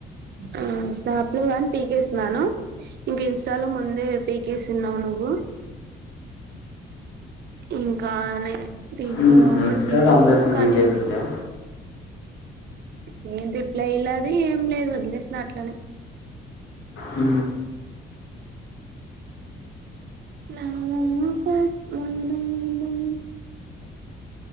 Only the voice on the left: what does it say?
ఇన్స్టాలో
అందరిది
బీకేసీలే
ఊ